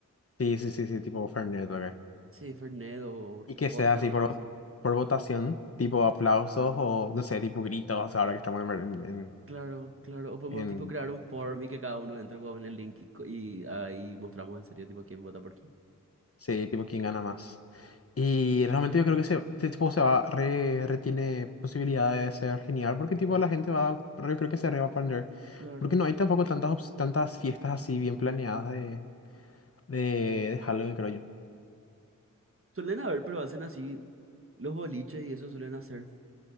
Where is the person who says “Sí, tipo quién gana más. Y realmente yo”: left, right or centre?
Left